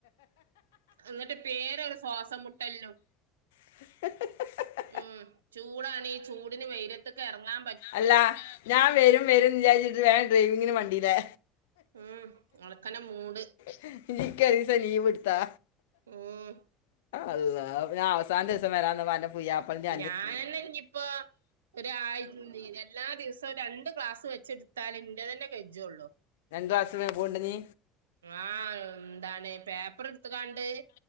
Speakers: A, on the right; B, on the left.
A: എന്നിട്ട് പേരു ഒര് ശ്വാസ മുട്ടലോ
B: <unintelligible>
A: ഉ ചൂടാണ് ഈ ചൂടിന് വെയില് ത്തൊക്കെ ഇറങ്ങാൻ
B: അല്ല ഞാൻ വരും വരും വിചാരിച്ചിട്ട് വേഗം ഡ്രൈവിങ്ങിന് വണ്ടില്ലേ
A: ഉം ഒലക്കന്റെ മൂട്
B: ഇജ്ജ് യ്ക്ക് ഒരീസം ലീവ് എടുത്തോ
A: ഉം
B: അള്ളാ ഞാൻ അവസാനത്തെ ദിവസം വരാന്ന് അന്റെ മ്മ പുയ്യാപ്പളന്റെ
A: ഞാനന്നെ ഞ്ഞിയിപ്പോഒരാഴ് നിരല്ലാ ദിവസം രണ്ട് ഗ്ലാസ് വെച്ചെടുത്താലെ ന്റെ തന്നെ കജ്യള്ളു
B: ഗാസ് മേ പോണ്ട നീ
A: ആഹ എന്താണ് പേപ്പറ്ട് ത്ത്ക്കാണ്ട്